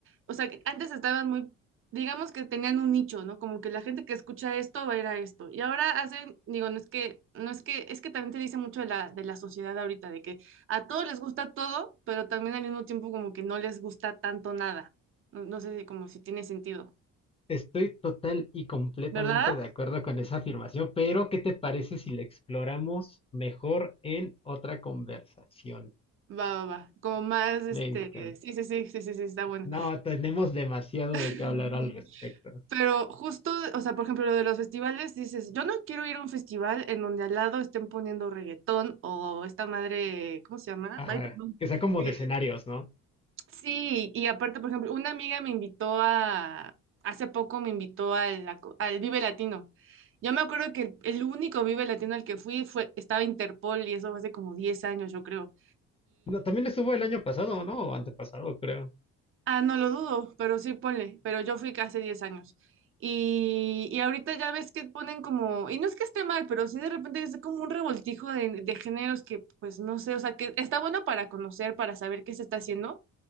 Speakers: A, on the right (about 45°); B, on the left (about 20°).
A: o sea, que antes estaban muy, digamos que tenían un nicho, ¿no? Como que la gente que escucha esto va a ir a esto. Y ahora hacen, digo, no es que, no es que, es que también te dice mucho de la, de la sociedad ahorita, de que a todos les gusta todo, pero también al mismo tiempo como que no les gusta tanto nada. No, no sé si como si tiene sentido,
B: Estoy total y completamente
A: ¿verdad?
B: de acuerdo con esa afirmación, pero ¿qué te parece si la exploramos mejor en otra conversación?
A: Va, va, va. Como más, este,
B: Me encanta.
A: sí, sí, sí, sí, sí, sí, está bueno.
B: No, tenemos demasiado
A: <laughs>
B: de qué hablar al respecto.
A: Pero justo, o sea, por ejemplo, lo de los festivales, dices, yo no quiero ir a un festival en donde al lado estén poniendo reggaetón o esta madre, ¿cómo se llama?
B: Ajá,
A: Ay, perdón.
B: que sea como
A: Eh,
B: de escenarios, ¿no?
A: Sí, y aparte, por ejemplo, una amiga me invitó a, hace poco me invitó al, ac- al Vive Latino. Yo me acuerdo que el, el único Vive Latino al que fui fue, estaba Interpol y eso fue hace como 10 años, yo creo.
B: No, también estuvo el año pasado, ¿no? O antepasado, creo.
A: Ah, no lo dudo, pero sí ponle, pero yo fui hace 10 años. Y, y ahorita ya ves que ponen como, y no es que esté mal, pero sí de repente es como un revoltijo de, de géneros que pues no sé, o sea, que está bueno para conocer, para saber qué se está haciendo,